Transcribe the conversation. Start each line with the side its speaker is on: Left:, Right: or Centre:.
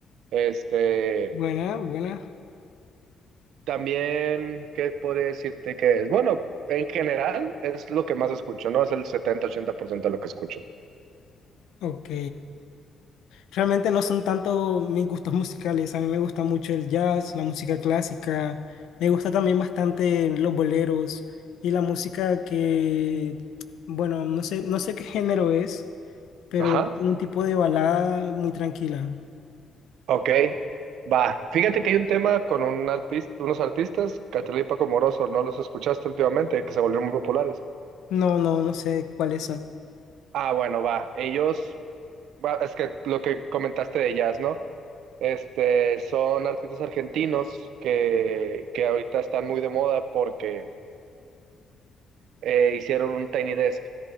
Right: Este,
Left: buena, buena.
Right: también, ¿qué podría decirte que es? Bueno, en general es lo que más escucho, ¿no? Es el setenta ochenta por ciento de lo que escucho.
Left: Ok. Realmente no son tanto mis gustos musicales. A mí me gusta mucho el jazz, la música clásica. Me gusta también bastante los boleros y la música que, bueno, no sé, no sé qué género es, pero
Right: Ajá.
Left: es un tipo de balada muy tranquila.
Right: Ok, va. Fíjate que hay un tema con un artis- unos artistas, Catriel y Paco Moroso, ¿no los escuchaste últimamente? Que se volvieron muy populares.
Left: No, no, no sé cuáles son.
Right: Ah, bueno, va. Ellos, va, es que lo que comentaste de ellas, ¿no? Este, son artistas argentinos que, que ahorita están muy de moda porque eh, hicieron un Tiny Desk.